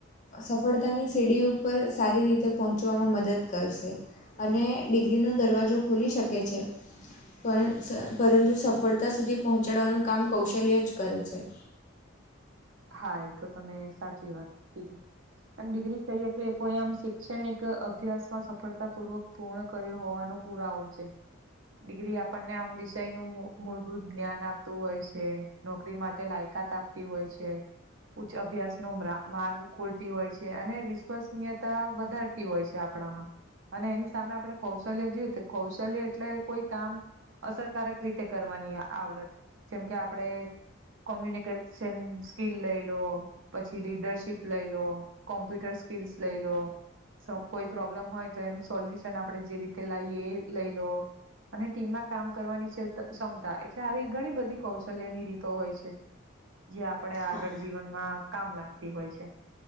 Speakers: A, on the left; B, on the right.
A: સફળતાની સીડી ઉપર સારી રીતે પહોંચવામાં મદદ કરશે અને ડિગ્રીનો દરવાજો ખુલી શકે છે. પણ સ પરંતુ સફળતા સુધી પહોંચાડવાનું કામ કૌશલ્ય જ કરે છે.
B: હા એ તો તમે સાચી વાત કીધી. આન ડિગ્રી કરીએ તો એ કોઈ આમ શૈક્ષણિક અભ્યાસમાં સફળતાપૂર્વક પૂર્ણ કર્યો હોવાનો પુરાવો છે. ડિગ્રી આપણને આમ વિષયનું મુ મૂળભૂત જ્ઞાન આપતું હોય છે. નોકરી માટે લાયકાત આપતી હોય છે. ઉચ્ચ અભ્યાસનો માં માર્ગ ખોલતી હોય છે અને વિશ્વસનીયતા વધારતી હોય છે આપણામાં. અને એની સામે આપડે કૌશલ્ય જોઈએ તો કૌશલ્ય એટલે કોઈ કામ અસરકારક રીતે કરવાની આવડત જેમ કે આપડે કોમ્યુનિકેશન સ્કીલ લઈ લો પછી લીડરશીપ લઈ લો કોમ્પ્યુટર સ્કીલસ લઈ લો કોઈ પ્રોબ્લેમ હોય તો એનું સોલ્યુશન આપડણે જે રીતે લઈએ એ લઈ લો અને ટીમમાં કામ કરવાની છે ક્ષમતા એટલે આવી ઘણી બધી કૌશલ્યની રીતો હોય છે જે આપડે આગળ
A: હા
B: જીવનમાં કામ લાગતી હોય છે